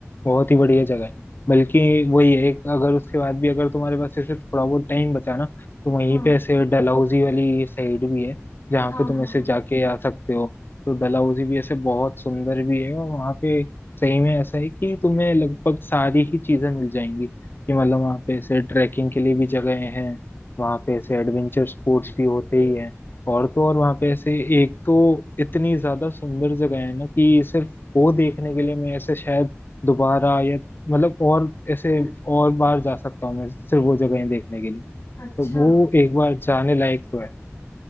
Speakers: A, on the left; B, on the left.
A: बहुत ही बढ़िया जगह है बल्कि वही है एक- अगर उसके बाद भी अगर तुम्हारे पास ऐसे थोड़ा बहुत टाइम बचा ना तो वहीं
B: हाँ
A: पे ऐसे डलहौजी वाली साइड भी है जहाँ
B: हाँ
A: पे तुम
B: हाँ
A: ऐसे जाके आ सकते हो तो डलहौजी भी ऐसे बहुत सुंदर भी है और वहाँ पे सही में ऐसा है कि तुम्हें लगभग सारी ही चीजें मिल जाएंगी कि मतलब वहाँ पे ऐसे ट्रैकिंग के लिए भी जगह हैं वहाँ पे ऐसे एडवेंचर स्पोर्ट्स भी होते ही हैं और तो और वहां पे ऐसे एक तो इतनी ज्यादा सुंदर जगह है ना कि सिर्फ वो देखने के लिए मैं ऐसे शायद दोबारा या मतलब और ऐसे
B: हाँ <laughs>
A: और बार जा सकता हूँ मैं सिर्फ वो जगहें देखने के लिए
B: अच्छा
A: तो वो एक बार जाने लायक तो है